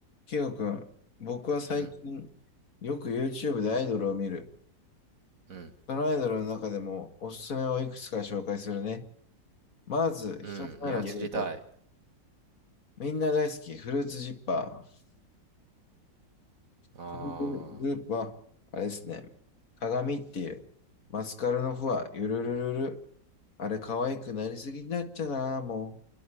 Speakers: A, on the left (about 50°); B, on the right (about 50°).
A: キヨ君、僕は最近
B: うん、
A: よく YouTube でアイドルを見る。
B: うん、
A: そのアイドルの中でもおすすめをいくつか紹介するね。まず、
B: うん。
A: 一つ目のグループ。
B: いや、知りたい。
A: みんな大好き、フルーツジッパー。
B: あ
A: このグループは、
B: あ、
A: あれですね、鏡っていう、マスカルのフワ、ゆるるるる。あれ、可愛くなりすぎになっちゃな、も